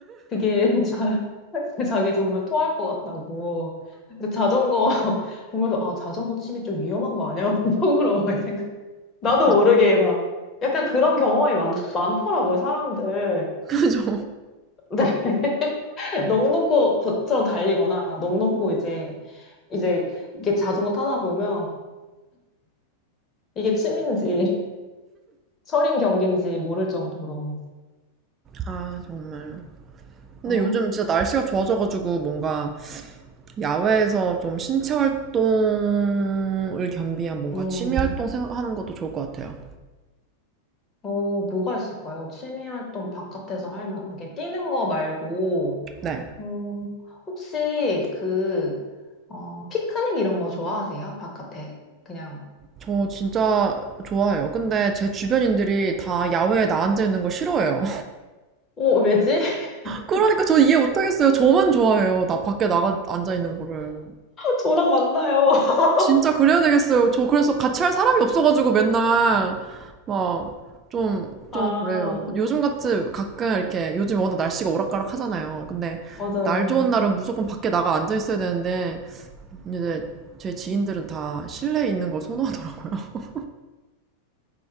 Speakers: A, on the left (about 25°); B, on the right (about 25°).
A: 그게 <laughs> 자, 자기 정말 토할 것 같다고. 근데 자전거 <laughs> 보면서 아 자전거 취미 좀 위험한 거 아니야? <laughs> 속으로 막 생각. 나도
B: <laughs>
A: 모르게 막 약간 그런 경험이 많, 많더라고요 사람들.
B: 그죠?
A: 네. <laughs> 넋 놓고 저처럼 달리거나 넋 놓고 이제 이제 이렇게 자전거 타다 보면 이게 취미인지 <laughs> 철인 경기인지 모를 정도로.
B: 아, 정말. 근데
A: 아,
B: 요즘 진짜 날씨가 좋아져가지고 뭔가 야외에서 좀 신체 활동을 겸비한 뭔가
A: 음,
B: 취미 활동 하는 것도 좋을 것 같아요.
A: 어, 뭐가 있을까요? 취미 활동 바깥에서 할 만한 게 뛰는 거 말고
B: 네.
A: 어, 혹시 그, 어, 피크닉 이런 거 좋아하세요? 바깥에 그냥.
B: 저 진짜 좋아해요. 근데 제 주변인들이 다 야외에 나앉아 있는 거 싫어해요.
A: 오 왜지? <laughs>
B: 그러니까 저 이해 못하겠어요. 저만 좋아해요. 나 밖에 나가 앉아 있는 거를.
A: 저랑 만나요. <laughs>
B: 진짜 그래야 되겠어요. 저 그래서 같이 할 사람이 없어가지고 맨날 막 좀,
A: 아,
B: 좀 그래요. 요즘 같이 가끔 이렇게 요즘 워낙 날씨가 오락가락 하잖아요. 근데
A: 맞아요.
B: 날 좋은 날은 무조건 밖에 나가 앉아 있어야 되는데 이제 제 지인들은 다 실내에 있는 걸 선호하더라고요. <laughs>